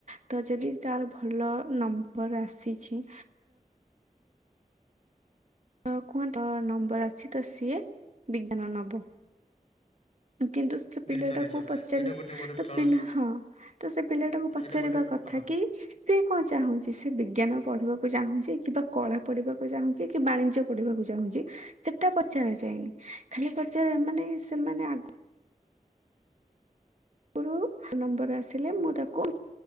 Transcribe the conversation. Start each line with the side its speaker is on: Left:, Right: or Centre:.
Right: ତ ଯଦି ତାର ଭଲ ନମ୍ବର ଆସିଛି? <unintelligible> କୁହ ତର ନମ୍ବର ଆସିଛି ତ ସିଏ ବିଜ୍ଞାନ ନବ। କିନ୍ତୁ ସେ ପିଲାଟାକୁ
Left: ନିଶ୍ଚୟ ନିଶ୍ଚୟ
Right: ପଚାରି,
Left: ଏଇଟା ଗୋଟେ ଗୋଟେ
Right: ତ
Left: ଚଳ
Right: ପିଲା ହଁ ତ ସେ ପିଲାଟାକୁ ପଚାରିବା
Left: ଏଇଟା ଗୋଟେ
Right: କଥା?
Left: ହଁ
Right: କି ସେ କଣ ଚାହୁଁଛି ସେ ବିଜ୍ଞାନ ପଢ଼ିବାକୁ ଚାହୁଁଛି? କିମ୍ବା କଳା ପଢିବାକୁ ଚାହୁଁଛି? କି ବାଣିଜ୍ୟ ପଢିବାକୁ ଚାହୁଁଛି? <inaudible> ସେଟା ପଚରା ଯାଏନି, ଖାଲି ପଚାର ମାନେ ସେମାନେ ଆଗ <unintelligible> ପୁର୍ବରୁ ନମ୍ବର ଆସିଲେ ମୁଁ ତାକୁ